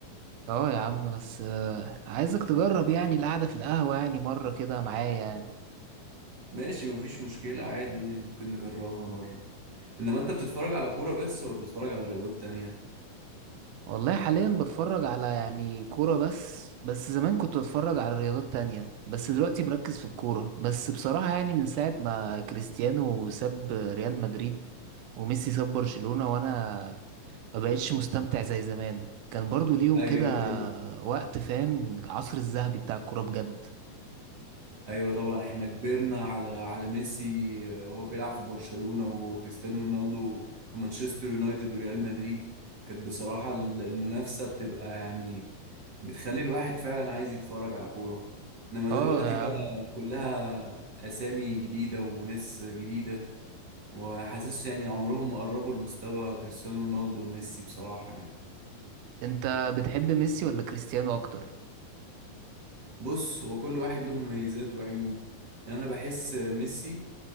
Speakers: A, on the right; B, on the right.
A: اه يا عم بس آه، عايزك تجرب يعني القعده في القهوه يعني مره كده معايا يعني
B: ماشي مفيش مشكله عادي يعني ممكن نجربها مره انما انت بتتفرج على كوره بس ولا بتتفرج على رياضات تانية
A: والله حاليا بتفرج على يعني كوره بس بس زمان كنت بتفرج على رياضات تانية بس دلوقتي مركز في الكوره بس بصراحه يعني من ساعه ما كريستيانو ساب ريال مدريد وميسي ساب برشلونه وانا ما بقتش مستمتع زي زمان كان برضو ليهم
B: ايوه
A: كده
B: ايوه
A: وقت فاهم العصر الذهبي بتاع الكورة بجد
B: ايوه طبعا احنا كبرنا على على ميسي آه، وهو بيلعب في برشلونه وكريستيانو رونالدو في مانشستر يونايتد وريال مدريد كانت بصراحه ال- المنافسه بتبقى يعني بتخلي الواحد فعلا عايز يتفرج على كورة انما
A: اه
B: دلوقتي
A: يا
B: بقى
A: عم
B: كلها اسامي جديدة وناس جديدة وحاسس يعني عمرهم ما قربوا لمستوى كريستيانو رونالدو وميسي بصراحة يعني
A: انت بتحب ميسي ولا كريستيانو اكتر
B: بص هو كل واحد له مميزات وعيوب يعني انا بحس ميسي